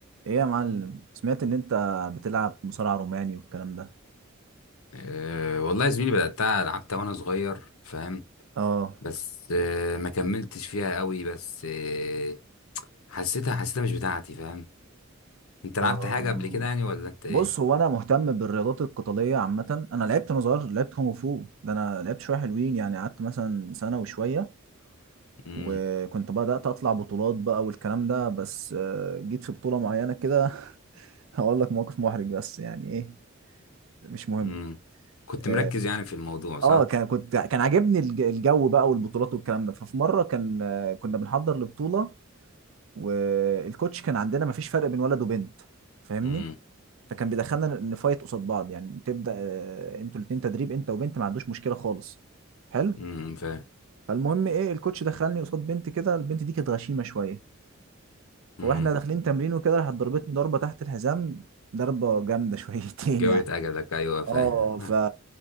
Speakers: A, on the right; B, on the left.
A: ايه يا معلم سمعت ان انت بتلعب مصارع روماني والكلام ده
B: أه والله يا زميلي بدأتها لعبتها وأنا صغير فاهم
A: اه
B: بس أه ما كملتش فيها قوي بس أه حسيتها حسيتها مش بتاعتي فاهم أنت لعبت
A: اه
B: حاجة قبل كده يعني ولا أنت إيه؟
A: بص هو انا مهتم بالرياضات القتاليه عامه انا لعبت وانا صغير لعبت كونغ فو ده انا لعبت شويه حلوين يعني قعدت مثلا سنه وشويه
B: مم.
A: وكنت بدات اطلع بطولات بقى والكلام ده بس آه، جيت في بطوله معينه كده <laughs> هقول لك موقف محرج بس يعني ايه مش مهم
B: مم. كنت مركز
A: اه
B: يعني في الموضوع صح؟
A: آه، كان كنت كان عاجبني الج- الجو بقى والبطولات والكلام ده ففي مره كان آه، كنا بنحضر لبطوله والكوتش كان عندنا ما فيش فرق بين ولد وبنت فاهمني
B: مم.
A: فكان بيدخلنا نفايت قصاد بعض يعني تبدا آه، انتوا الاثنين تدريب انت وبنت ما عندوش مشكله خالص حلو
B: مم. فاهم
A: فالمهم ايه الكوتش دخلني قصاد بنت كده البنت دي كانت غشيمه شويه فواحنا
B: مم.
A: داخلين تمرين وكده راحت ضربتني ضربه تحت الحزام ضربه جامده <laughs> شويتين
B: جويت
A: يعني
B: أجلك أيوه فاهم
A: اه
B: <laughs>
A: ف